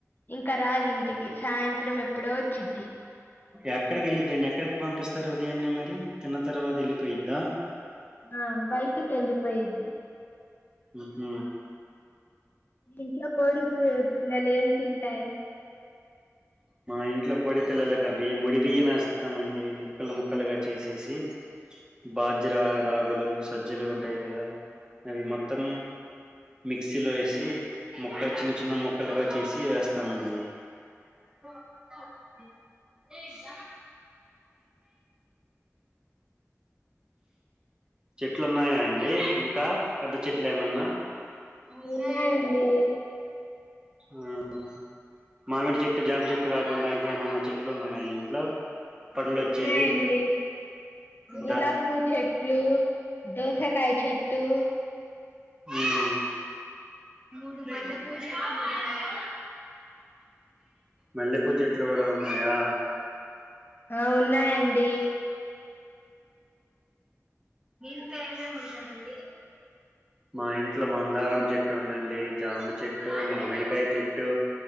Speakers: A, on the left; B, on the right.
A: ఇంకా రాదు ఇంటికి సాయంత్రం ఎప్పుడో వచ్చిద్ది
B: ఎక్కడికి వెళ్ళిద్దండి ఎక్కడికి పంపిస్తారు ఉదయాన్నే మరి తిన్న తర్వాత వెళ్ళిపోయిద్దా
A: ఆ బయటికి వెళ్ళిపోయిద్ది
B: ఉ హు
A: ఇంట్లో కోడిపి పిల్లలుఏం తింటాయి
B: మా ఇంట్లో కోడి పిల్లలకు బియ్యం ముడి బియ్యం వేస్తామండి ముక్కలు ముక్కలుగా చేసేసి బాజ్రా రాగులు సజ్జలు ఉంటాయి కదా అవి మొత్తం మిక్సీలో వేసి ముక్క చిన్న చిన్న ముక్కలుగా చేసి వేస్తామండి అ చెట్లు ఉన్నాయా అండి ఇంకా పెద్ద చెట్ల ఏమన్నా ఉన్నాయండీ
A: ఉన్నాయండి
B: ఆహ్ మామిడి చెట్టు జామి చెట్టు కాకుండా ఇంకా ఏమన్నా చెట్లు ఉన్నాయా ఇంట్లో పండ్లు
A: అ
B: వచ్చేవి
A: ఉన్నాయండి గులాబ్
B: దా
A: పూ చెట్లు దోసాకాయ్ చెట్టు
B: హ్మ్మ్ మూడు మల్లెపూ చెట్లున్నాయి మల్లెపూ చెట్లు కూడా ఉన్నాయా
A: ఆ ఉన్నాయండి
B: మీ ఇంట్లో ఏమేమి ఉన్నాయండీ మా ఇంట్లో మందారం చెట్టు ఉందండి జామ చెట్టు మామిడికాయ చెట్టు